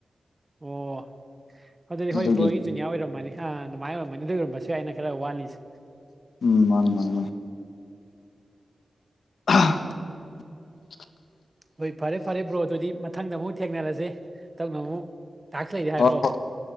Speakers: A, on the right; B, on the left.
A: ꯑꯣ ꯑꯗꯨꯗꯤ
B: ꯑꯗꯨꯒꯤ
A: ꯍꯣꯏ ꯕ꯭ꯔꯣꯒꯤ ꯖꯨꯅꯤꯌꯥ ꯑꯣꯏꯔꯝꯃꯅꯤ ꯑ ꯑꯗꯨꯃꯥꯏꯅ ꯑꯣꯏꯔꯝꯕꯅꯤ ꯑꯗꯨ ꯑꯣꯏꯔꯝꯕꯁꯨ ꯌꯥ ꯑꯩꯅ ꯈꯔ ꯋꯥꯠꯂꯤꯁꯦ
B: ꯎꯝ ꯃꯥꯅꯤ ꯃꯥꯅꯤ ꯃꯥꯅꯤ <inaudible>
A: ꯍꯣꯏ ꯐꯔꯦ ꯐꯔꯦ ꯕ꯭ꯔꯣ ꯑꯗꯨꯗꯤ ꯃꯊꯪꯗ ꯑꯃꯨꯛ ꯊꯦꯡꯅꯔꯁꯦ ꯇꯧꯅ ꯑꯃꯨꯛ ꯇꯥꯛꯁ ꯂꯩꯔꯗꯤ ꯍꯥꯏꯔꯛꯑꯣ
B: ꯍꯣꯏ ꯍꯣꯏ